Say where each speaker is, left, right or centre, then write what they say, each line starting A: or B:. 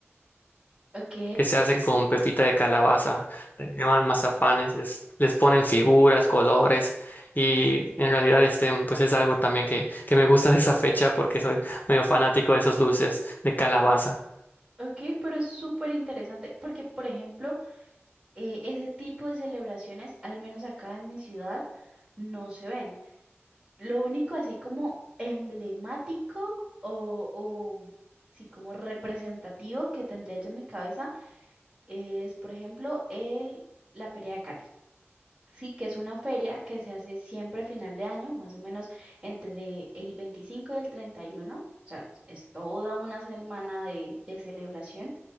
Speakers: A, on the right; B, on the left.
A: Ok,
B: que se hacen con pepita de calabaza. Le llaman mazapanes, les, les ponen figuras, colores. Y en realidad este, mm, pues es algo también que, que me gusta de esa fecha porque soy medio fanático de esos dulces de calabaza.
A: Ok, pero es súper interesante porque, por ejemplo, eh, ese tipo de celebraciones, al menos acá en mi ciudad, no se ven. Lo único así como emblemático o, o sí, como representativo que tendría yo en mi cabeza es, por ejemplo, el, la Feria de Cali. Sí, que es una feria que se hace siempre a final de año, más o menos entre el 25 y el 31. O sea, es toda una semana de de celebración